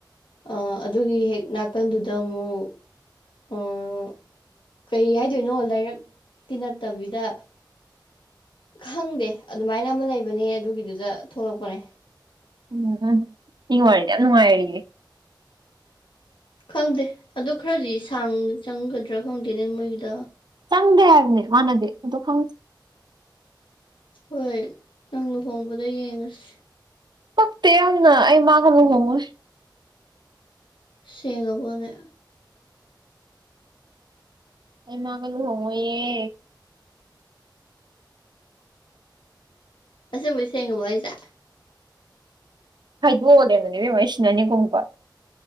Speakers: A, on the left; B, on the right.
A: ꯑ ꯑꯗꯨꯒꯤ ꯍꯦꯛ ꯅꯥꯀꯟꯗꯨꯗ ꯑꯃꯨꯛ ꯑꯣ ꯀꯩ ꯍꯥꯏꯗꯣꯏꯅꯣ ꯂꯥꯏꯔꯛꯇꯤ ꯅꯠꯇꯕꯤꯗ ꯈꯪꯗꯦ ꯑꯗꯨꯃꯥꯏꯅ ꯑꯃ ꯂꯩꯕꯅꯦ ꯑꯗꯨꯒꯤꯗꯨꯗ ꯊꯣꯛꯂꯛꯄꯅꯦ
B: ꯎꯝ ꯎꯝ ꯁꯤ ꯋꯤꯔꯤꯁꯦ ꯌꯥꯝ ꯅꯨꯡꯉꯥꯏꯔꯤꯌꯦ
A: ꯈꯪꯗꯦ ꯑꯗꯣ ꯈꯔꯗꯤ ꯁꯥꯡꯅ ꯆꯪꯒꯗ꯭ꯔꯥ ꯈꯪꯗꯦꯅꯦ ꯃꯣꯏꯒꯤꯗꯣ
B: ꯆꯪꯗꯦ ꯍꯥꯏꯕꯅꯦ ꯃꯥꯅꯗꯤ ꯑꯗꯣ ꯈꯪ
A: ꯍꯣꯏ ꯅꯪ ꯂꯨꯍꯣꯡꯕꯗ ꯌꯦꯡꯉꯁꯤ
B: ꯄꯛꯇꯦ ꯌꯥꯝꯅ ꯑꯩ ꯃꯥꯒ ꯂꯨꯍꯣꯡꯉꯣꯏ
A: ꯁꯦꯡꯉꯕꯣꯅꯦ꯫
B: ꯑꯩ ꯃꯥꯒ ꯂꯨꯍꯣꯡꯉꯣꯏꯌꯦ꯫
A: ꯑꯁꯦꯡꯕꯩ ꯁꯦꯡꯉꯕꫭ ꯍꯥꯏꯁꯦ꯫
B: ꯍꯥꯏꯗꯣꯛꯑ ꯂꯩꯔꯝꯗꯅ ꯏꯕꯦꯝꯃ ꯑꯩ ꯁꯤꯅꯅꯤꯀꯣ ꯑꯃꯨꯛꯀ꯫